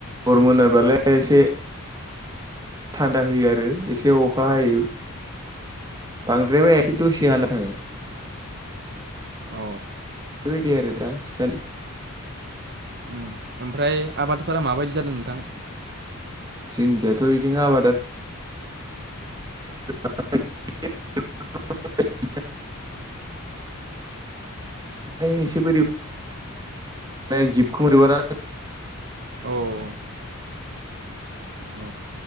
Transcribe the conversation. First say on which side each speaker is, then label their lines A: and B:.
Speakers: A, on the right (about 20°); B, on the right (about 50°).
A: हर मोनाबालाय एसे थान्दा होयो आरो एसे अखा हायो। बांद्राय एसे दसे हाना थाङो।
B: अ
A: बे बायदि आरो दा <unintelligible>
B: उम ओमफ्राय आबादफोरा माबायदि जादो नोंथां?
A: जोंनियाथ' इदिनो आबादा <unintelligible> बाय एसे बोरियाव <unintelligible>
B: औ औ औ